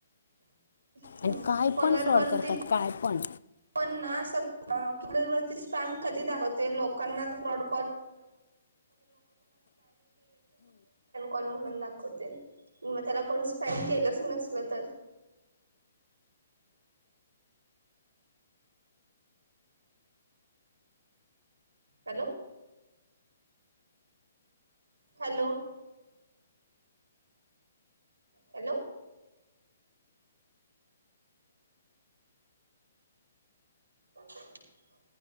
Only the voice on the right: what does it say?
हम्म
कॉलर
वरती
पण ना सकता क्यूलर वरती स्पॅम कधी धावते लोक <unintelligible> स्न कॉल म्हणून दाखवते मग त्याला कोण स्पॅन केलंच नसल तर हॅलो हॅलो हॅलो अच्छा